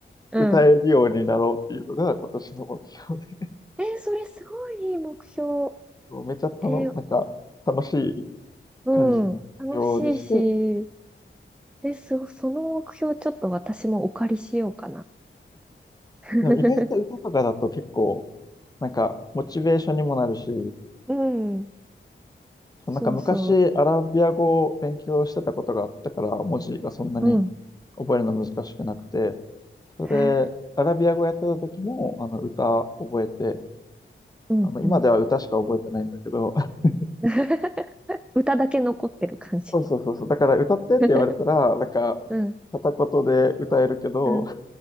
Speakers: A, in the centre; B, on the left.
A: うん。
B: 歌えるようになろうっていうのが今年の目標で、
A: えー、それすごいいい目標。
B: もうめちゃたのなんか、
A: えー、
B: 楽しい
A: うん。
B: 感じの目標にして、
A: 楽しいし、えそ、その目標ちょっと私もお借りしようかな。<laughs>
B: でも意外と歌とかだと結構、なんか、モチベーションにもなるし、
A: うん。
B: なんか昔アラビア語を勉強してたことがあったから、
A: そうそ
B: 文字がそんなに
A: う。うん。
B: 覚えるの難しくなくて、それで、
A: へえ、
B: アラビア語やってた時も、あの、歌覚えて、
A: うん、
B: あの、今では歌しか覚えてないんだけど、
A: うん。
B: <laughs>
A: <laughs> 歌だけ残ってる感じ。
B: そうそうそうそう、だから歌ってって言われたら、
A: <laughs>
B: なんか、
A: うん、
B: 片言で歌えるけど、
A: うん、